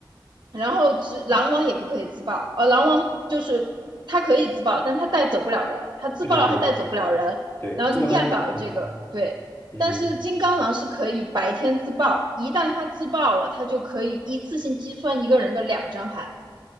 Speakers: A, on the right; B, on the left.
A: 然后只狼王也不可以自爆，呃，狼王就是他可以自爆，但他带走不了人，他自爆了他带走不了人，
B: 对对对对，
A: 然后你依然保有这个对，
B: 这个好像。嗯嗯，
A: 但是金刚狼是可以白天自爆，一旦他自爆了，他就可以一次性击穿一个人的两张牌。